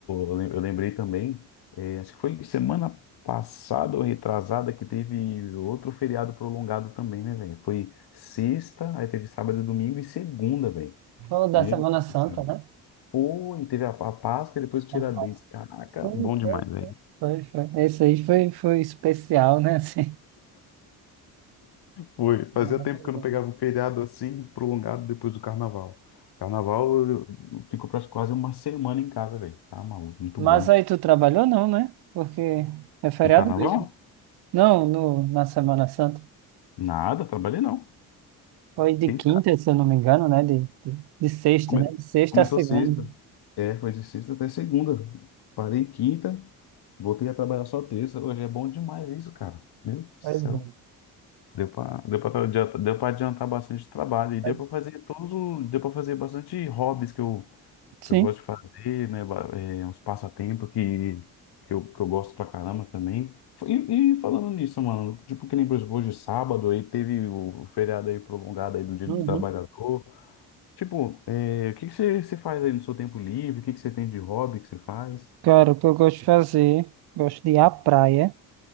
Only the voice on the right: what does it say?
Falou da
Semana
Santa,
né?
Da roça.
Sim,
foi,
foi. Foi, foi. Esse aí foi, foi especial, né? <laughs> Assim.
Maravilhoso.
Mas
aí tu trabalhou não, né? Porque é feriado
mesmo. Não, no, na Semana Santa.
Foi de
quinta,
se eu não me engano, né? De, de, de sexta,
né? De sexta
a segunda.
Pois
é.
Foi-
Sim.
Uhum.
Cara, o que eu gosto de fazer, gosto de ir à praia,